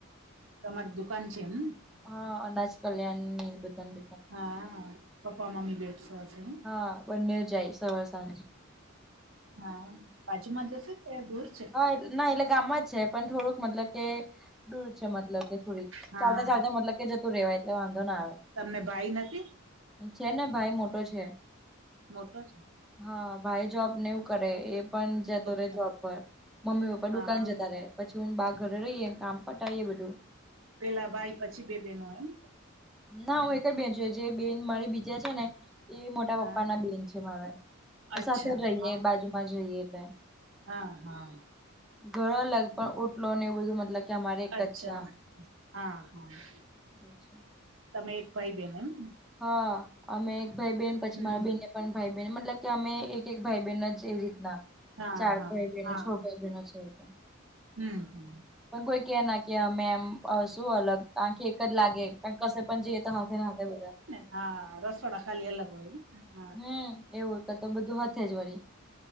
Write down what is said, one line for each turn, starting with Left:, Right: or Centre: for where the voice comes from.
Right: તમાર દુકાન છે એમને?
Centre: હા, અનાજ કલ્યાણની એ બધાન
Right: હા, પપ્પા મમ્મી બેસતા હશે હેન?
Centre: હા! બંનેય જાય સવાર સાંજ.
Right: હા, બાજુમાં જ હશે કે દૂર છે?
Centre: હ, ના એટલે ગામમાં જ છે પણ થોડુંક મતલબ કે દૂર છે મતલબ કે થોડીક.
Right: હા
Centre: ચાલતા ચાલતા મતલબ કે જતું રેવાય એટલે વાંધો ના આવે.
Right: તમને ભાઈ નથી
Centre: છે ને ભાઈ મોટો છે.
Right: મોટો છે
Centre: હા, ભાઈ જોબ ને એવું કરે એ પણ જતો રહેે
Right: કરે
Centre: જોબ
Right: છે.
Centre: પર. મમ્મી પપ્પા
Right: હા
Centre: દુકાન જતા રે. પછી હું બા ઘરે રહીએ કામ પટાઈ એ બધું.
Right: પેહલા ભાઈ પછી બે બેહેનો એમ?
Centre: ના હું એક જ બેન છું, જે બેન મારી બીજા છે ને એ મોટા
Right: હા
Centre: પપ્પાના બેન છે મારા.
Right: અચ્છા
Centre: સાથે જ રહીએ
Right: હા
Centre: બાજુમાં જ રહીએ એટલે.
Right: હા હા.
Centre: ઘર અલગ પણ ઓટલો ને એવું બધું મતલબ કે અમારે એક
Right: અચ્છા.
Centre: જ છે આમ
Right: હા હા.
Centre: એવું છે.
Right: તમે એક ભાઈ બેન એમ ને.
Centre: હા અમે એક ભાઈ બેન, પછી
Right: હમ
Centre: મારા બેન ને પણ ભાઈ બહેન મતલબ કે અમે એક એક ભાઈ બહેન જ છે એ રીતના.
Right: હા
Centre: ચાર
Right: હા
Centre: ભાઈ બહેનો
Right: હા
Centre: છ ભાઈ બહેનો છે એટલે.
Right: હમ હમ.
Centre: પણ કોઈ કે ના કે અમે એમ શું અલગ, કારણકે એક જ લાગે ને કસે પણ જઈએ તો હાથે ને હાથે બધા.
Right: હા હા હા. રસોડા ખાલી અલગ હોય એમને? હા.
Centre: હમ એવું કતો બધું હાથે જ વળી.